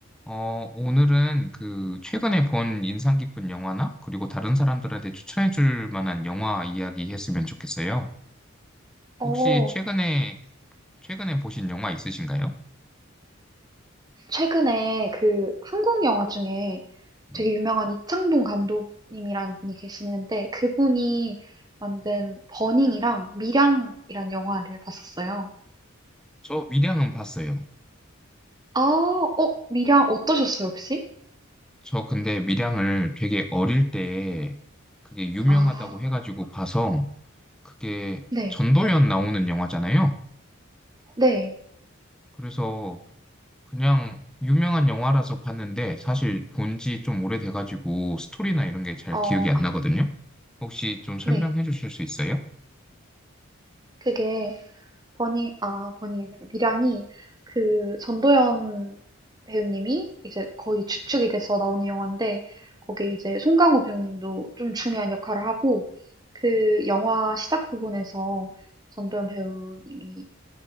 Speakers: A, in the centre; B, on the right (about 20°).
A: 어, 오늘은 그 최근에 본 인상 깊은 영화나 그리고 다른 사람들한테 추천해 줄 만한 영화 이야기 했으면 좋겠어요.
B: 어,
A: 혹시 최근에 최근에 보신 영화 있으신가요?
B: 최근에 그 한국 영화 중에
A: 네.
B: 되게 유명한 이창동 감독님이란 분이 계시는데 그분이 만든 버닝이랑 미량이란 영화를 봤었어요.
A: 저 밀양은 봤어요.
B: 아, 어, 미량 어떠셨어요, 혹시?
A: 저 근데 밀양을 되게 어릴 때 그게 유명하다고
B: 아,
A: 해가지고 봐서 그게
B: 네,
A: 전도연 나오는 영화잖아요.
B: 네,
A: 그래서 그냥 유명한 영화라서 봤는데 사실 본지 좀 오래돼가지고 스토리나 이런 게 잘
B: 어,
A: 기억이 안 나거든요. 혹시 좀 설명해
B: 네.
A: 주실 수 있어요?
B: 그게 버닝, 아, 버닝이 아니라 밀양이 그 전도연 배우님이 이제 거의 주축이 돼서 나오는 영화인데 거기 이제 송강호 배우님도 좀 중요한 역할을 하고 그 영화 시작 부분에서 전도연 배우님이